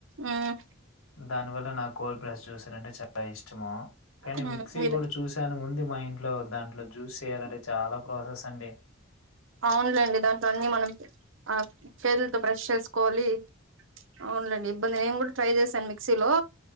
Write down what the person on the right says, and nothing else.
ఆ
ఉమ్
మీరే
అవునులేండి దాంట్లో అన్నీ మనం ఆ చేతులతో ప్ర్రెష్ చేసుకోవాలి అవునులేండి ఇబ్బంది నేను కూడా ట్రై చేసాను మిక్సీలో